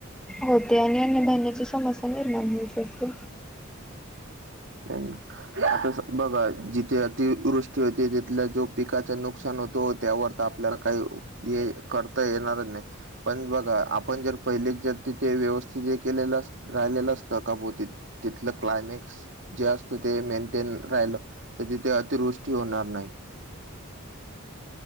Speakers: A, in the centre; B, on the right.
A: होते. आणि अन्य धान्याची समस्या निर्माण होऊ शकते.
B: हम्म. आता बघा जिथे अतिवृष्टी होते, तिथल्या जो पिकाच नुकसान होतो त्यावर आपल्याला काही ये करता येणारच नाही. पण बघा, आपण जर पहिलेच जर तिथे व्यवस्थित हे केलेलं अस राहिलेलं असतं का भो ती, तिथलं क्लायमॅक्स जे असतं ते मेंटेन राहिलं तर तिथे अतिवृष्टी होणार नाही.